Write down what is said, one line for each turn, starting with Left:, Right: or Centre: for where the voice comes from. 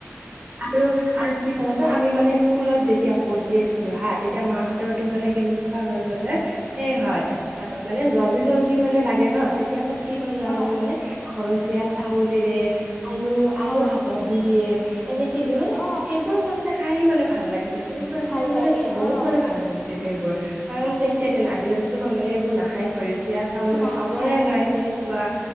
Right: আৰু-আৰু কি চাবাচোন আমি মানে স্কুলত যেতিয়া পঢ়ি আছিলোঁ হা, তেতিয়া মাহঁতৰ তো মানে কেনে হয় মানে সেই হয়। অ', মানে জল্দি-জল্দি মানে লাগে ন? তেতিয়া আমাক কি কৰে জানানে
Left: অ
Right: মানে ঘৰচীয়া চাউলেৰে আলু-আলু
Left: অ
Right: ভাতত দি দিয়ে। এনেকে দিয়ে মানে
Left: অ
Right: সেইবোৰ আচলতে খায়ে মানে ভাল লাগিছিল। কেনেকুৱা আছিল
Left: ভাল
Right: মানে
Left: লাগে
Right: বহুত
Left: অ
Right: মানে ভাল লাগছিল সেইবোৰ কাৰণ
Left: ভাল
Right: তেতিয়াৰ
Left: লাগে
Right: দিন আজিকালি টো মানুহে এইবোৰ নাখায় ঘৰচীয়া চাউল মানে
Left: নাখায়
Right: পাবৰে নাই তেনেকুৱা